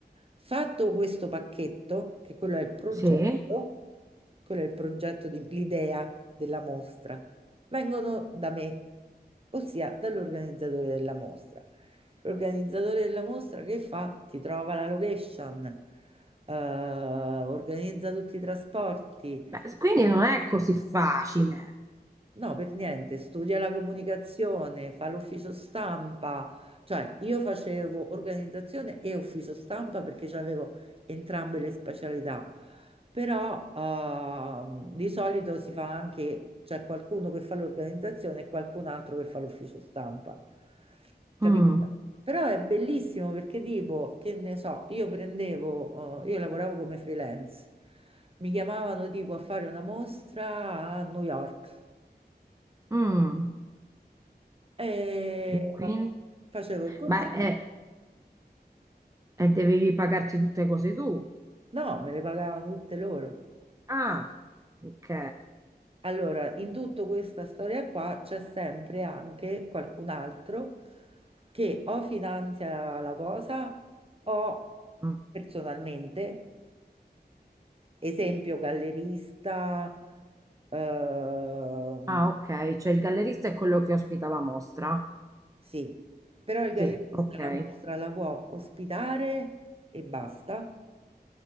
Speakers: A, on the right (about 35°); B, on the right (about 20°).
A: Fatto questo pacchetto, che quello è il progetto,
B: sì.
A: quello è il progetto di- l'idea della mostra, vengono da me, ossia dall'organizzatore della mostra. L'organizzatore della mostra che fa? Ti trova la location, eh, organizza tutti i trasporti,
B: Beh, quindi non è così facile.
A: No, per niente, studia la comunicazione, fa l'ufficio stampa, cioè io facevo organizzazione e ufficio stampa perché avevo entrambe le specialità, però ehm, di solito si fa anche, c'è qualcuno che fa l'organizzazione e qualcun altro che fa l'ufficio stampa, capito?
B: Mm,
A: Però è bellissimo perché tipo, che ne so, io prendevo, eh, io lavoravo come freelance, mi chiamavano tipo a fare una mostra a New York.
B: mm.
A: E
B: E quindi?
A: vabbè, facevo il contratto.
B: Ma e e dovevi pagarti tutte cose tu?
A: No, me le pagavano tutte loro.
B: Ah, ok.
A: Allora, in tutta questa storia qua c'è sempre anche qualcun altro che o finanzia la cosa o
B: Mm.
A: personalmente, esempio gallerista, ehm,
B: Ah, ok, cioè il gallerista è quello che ospita la mostra.
A: sì, però il gallerista
B: Sì, ok.
A: la mostra la può ospitare e basta,